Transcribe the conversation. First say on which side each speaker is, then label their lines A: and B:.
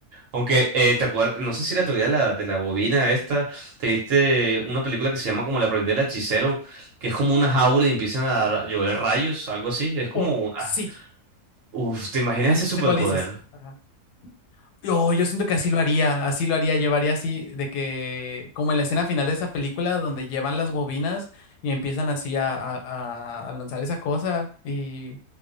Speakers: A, on the right; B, on the left.
A: Aunque, eh, ¿te acuerdas? No sé si la teoría de la, de la bobina esta, te viste una película que se llama como La aprendiz del hechicero, que es como una jaula y empiezan a ra- llover rayos, algo así. Es como
B: Oh,
A: una...
B: sí.
A: Uf, ¿te imaginas ese superpoder?
B: No sé cuál dices. Ajá. Yo, yo siento que así lo haría, así lo haría, llevaría así, de que, como en la escena final de esa película, donde llevan las bobinas y empiezan así a, a- a- a lanzar esa cosa y,